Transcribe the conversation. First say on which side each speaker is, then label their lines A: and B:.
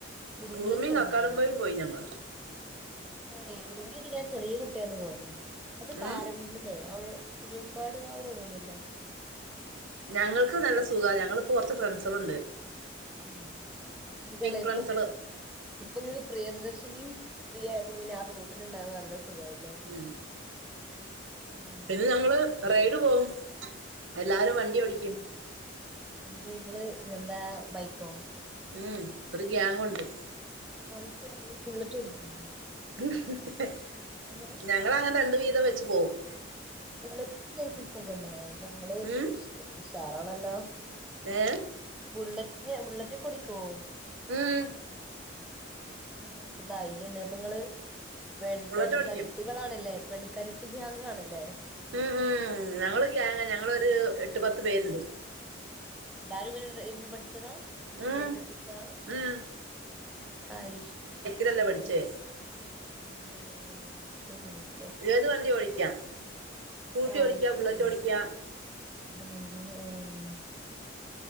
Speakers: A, in the centre; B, on the right.
A: ഉറുമീൽ
B: ഉറുമിയും
A: ചെറുപ്പത്തി
B: കക്കാടംപൊയിയും
A: പോയി.
B: ഞങ്ങള്
A: ഏ ഉറമി ഞാൻ ചെറിയ കുട്ടിയാണ് പോയത്. അത് കാരമ്പല്ലേ
B: ഉം
A: അവടെ തിരുവമ്പാടി അവിടെവിടെ ഒന്നല്ലേ?
B: ഞങ്ങൾക്ക് നല്ല സുഖാ, ഞങ്ങളിപ്പോ കൊറച്ച് ഫ്രണ്ട്സൊക്കണ്ട്.
A: ഉം അപ്പോ
B: ഫ്രണ്ട്സള്
A: <unintelligible> ഇപ്പോ നിങ്ങക്ക് പ്രിയദർശിനിയും ഫ്രീ ആയപ്പോ പിന്നെ ആ റൂട്ടില് ഇണ്ടായത് നല്ല സുഖായിരുന്നു. ലേ
B: ഉം
A: ആഹാ..
B: പിന്നെ ഞങ്ങള് റൈഡ് പോവും, എല്ലാരും വണ്ടി ഓടിക്കും.
A: എന്ത് നിങ്ങള്, എന്താ ബൈക്കോ?
B: ഉം ഒരു ഗാങ്ങുണ്ട്.
A: അത് ശരി, ഇങ്ങൾ ബുള്ളറ്റ് ഓടിക്കും?
B: <inaudible>
A: <inaudible>
B: ഞങ്ങളങ്ങനെ രണ്ട് വീതം വെച്ച് പോവും.
A: ബുള്ളറ്റിന് ലൈസൻസൊക്കെ ഉണ്ടോ? അപ്പോ നിങ്ങള്
B: ഉം
A: ഉഷ് ഉഷാറാണല്ലോ.
B: ഏ..
A: ബുള്ളറ്റിന്, ബുള്ളറ്റ് ഓടിക്കോ?
B: ഉം...
A: ഉം അപ്പ ധൈര്യണ്ട് അപ്പോ നിങ്ങള് പെൺ
B: ബുള്ളറ്റ്
A: പെൺകരുത്ത്-
B: ഓടിക്കും
A: ളാണല്ലേ, പെൺക്കരുത്ത് ഗ്യാങ്ങാണല്ലേ?
B: ഉം ഉം ഞങ്ങള് ഒരു ഗാങ് ആ, ഞങ്ങളൊരു എട്ട്, പത്ത് പേരിണ്ട്.
A: എല്ലാരുംങ്ങനെ ഡ്രൈവിങ് പഠി- ച്ചതാ എന്നിട്ട്
B: ഉം
A: ലൈസൻസ് എടുത്തതാ,
B: ഉം
A: അയ്ശെരി.
B: തല്ല പഠിച്ചേ
A: <inaudible>
B: ഏത് വണ്ടി ഓടിക്കാം സ്കൂട്ടി
A: അയ്
B: ഓടിക്കാം
A: ശരി
B: ബുള്ളറ്റ് ഓടിക്കാം.
A: <unintelligible>